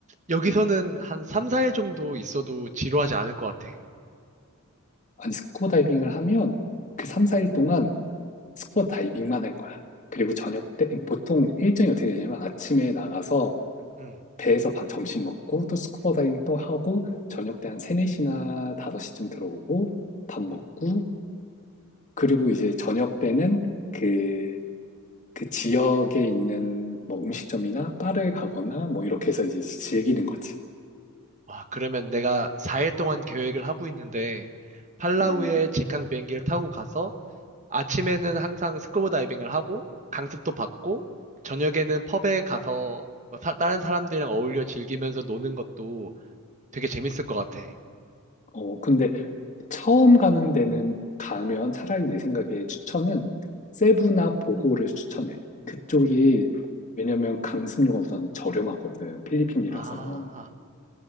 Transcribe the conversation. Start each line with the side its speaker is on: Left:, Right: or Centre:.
Right: 여기서는
Left: 음,
Right: 한 3, 4일 정도 있어도 지루하지 않을 것 같아.
Left: 아니, 스쿠버 다이빙을 하면 그 3, 4일 동안 스쿠버 다이빙만 할 거야. 그리고 저녁 때, 그러니까 보통 일정이 어떻게 되냐면 아침에 나가서
Right: 음,
Left: 배에서 바- 점심 먹고 또 스쿠버 다이빙 또 하고 저녁 때 한 세네 시나 다섯 시쯤 들어오고 밥 먹고
Right: 음.
Left: 그리고 이제 저녁 때는 그, 그 지역에 있는 뭐 음식점이나 바를 가거나 뭐 이렇게 해서 이제 즐기는 거지.
Right: 와, 그러면 내가 4일 동안 계획을 하고 있는데 팔라우에
Left: 음.
Right: 직항 비행기를 타고 가서 아침에는 항상 스쿠버 다이빙을 하고 강습도 받고 저녁에는 펍에 가서 뭐 사- 다른 사람들이랑 어울려 즐기면서 노는 것도 되게 재밌을 것 같아.
Left: 어, 근데 처음 가는 데는 가면 차라리 내 생각에 추천은 세부나 보호를 추천해. 그쪽이 왜냐면 강습료가 우선 저렴하거든. 필리핀이라서.
Right: 아,